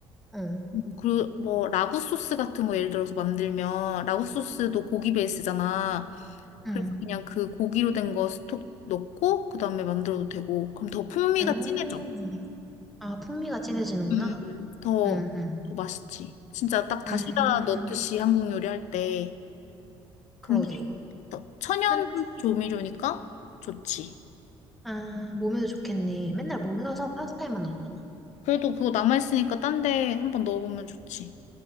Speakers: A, in the centre; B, on the left.
A: 응,
B: 음, 그리고 뭐 라구 소스 같은 거 예를 들어서 만들면 라구 소스도 고기 베이스잖아. 그래서
A: 응.
B: 그냥 그 고기로 된 거 스톡 넣고 그다음에 만들어도 되고 그럼 더 풍미가
A: 음.
B: 진해져.
A: 아, 풍미가 진해지는구나.
B: 음, 더,
A: 응, 응.
B: 더 맛있지. 진짜 딱 다시다
A: 음,
B: 넣듯이 한국 요리할 때. 근데
A: 그러게.
B: 또 천연
A: 맨,
B: 조미료니까 좋지.
A: 아, 몸에도 좋겠네. 맨날 몰라서 파스타에만 넣었잖아.
B: 그래도 그거 남아있으니까 딴데 한번 넣어보면 좋지.